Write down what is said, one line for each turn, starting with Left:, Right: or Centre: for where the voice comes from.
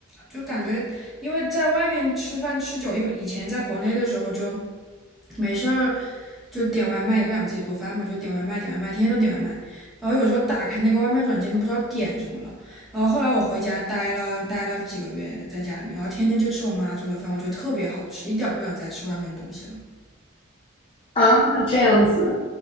Centre: 就感觉，因为在外面吃饭吃久，因为以前在国内的时候就没事儿就点外卖，也不想自己做饭嘛，就点外卖，点外卖，天天都点外卖。然后有时候打开那个外卖软件都不知道点什么了。然后后来我回家待了待了几个月，在家里面，然后天天就吃我妈做的饭，我觉得特别好吃，一点都不想再吃外面的东西了。
Left: 啊，这样子。